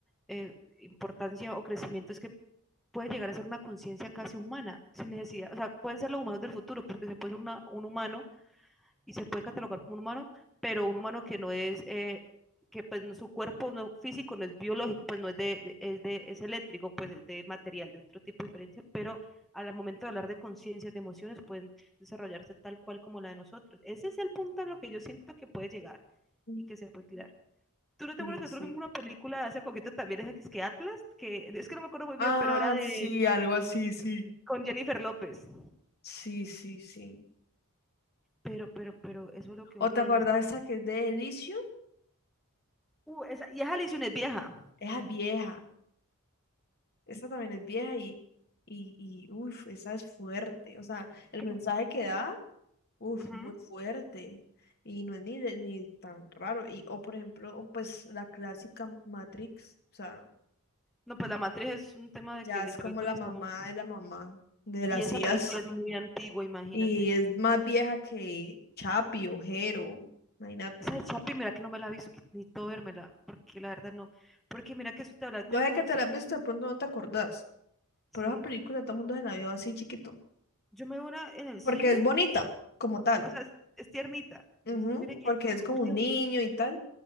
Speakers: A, in the centre; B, on the left.
A: eh, importancia o crecimiento, es que puede llegar a ser una conciencia casi humana, sin necesidad, o sea, pueden ser los humanos del futuro, porque se puede ser una, un humano y se puede catalogar como un humano, pero un humano que no es, eh, que pues no, su cuerpo no físico, no es biológico, pues no es de, de- es de, es eléctrico, pues es de material, de otro tipo de diferencia, pero al momento de hablar de conciencias, de emociones, pueden desarrollarse tal cual como la de nosotros. Ese es el punto a lo que yo siento que puede llegar
B: mm,
A: y que se puede tirar. ¿Tú no te
B: Sí,
A: acuerdas que nosotros
B: sí.
A: vimos una película hace poquito también, esa que es que Atlas? Que, es que no me acuerdo muy
B: Ah,
A: bien, pero era de
B: sí, algo así, sí.
A: con Jennifer López.
B: Sí, sí, sí.
A: Pero, pero, pero, eso es lo que vos
B: ¿O
A: me
B: te acordás
A: dijiste.
B: esa que es de Edition?
A: Uh, esa, y esa lesión es vieja.
B: Esa es vieja. Esta también es vieja y, y, y uff, esa es fuerte. O sea, el
A: Pero,
B: mensaje que da, uff,
A: ujú.
B: muy fuerte. Y no es ni, de- ni tan raro. Y, o por ejemplo, pues la clásica Matrix. O sea,
A: No, pues La Matriz es un tema de
B: ya
A: que literal
B: es como
A: todos
B: la
A: estamos.
B: mamá de la mamá de
A: Y
B: las
A: esa
B: IAs.
A: película es muy antigua, imagínate.
B: Y
A: Y
B: es más vieja que Chapi o Jero. Imagínate.
A: esa de Chapi, mira que no me la he ni todo vérmela, porque la verdad no. Porque mira que eso te habla de
B: Yo sé
A: conciencia.
B: que te la has visto, de pronto no te acordás. Pero
A: Sí.
B: esa película todo el mundo se la vio así chiquito.
A: Yo me veo una en el cine,
B: Porque es bonita, como tal.
A: o sea, es, es tiernita.
B: Ujú,
A: Entonces, mire que,
B: porque es como
A: último,
B: un niño y tal.